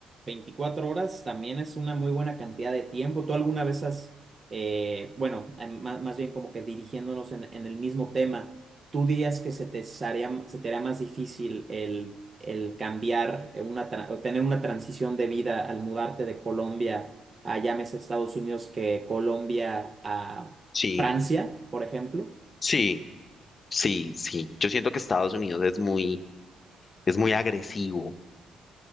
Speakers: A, on the right; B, on the left.
A: 24 horas también es una muy buena cantidad de tiempo. ¿Tú alguna vez has, eh, bueno, eh, más, más bien como que dirigiéndonos en, en el mismo tema, tú dirías que se te haría, se te haría más difícil el, el cambiar eh, una, tra- o tener una transición de vida al mudarte de Colombia a, llámese Estados Unidos, que Colombia a
B: Sí,
A: Francia, por ejemplo?
B: sí, sí, sí. Yo siento que Estados Unidos es muy, es muy agresivo.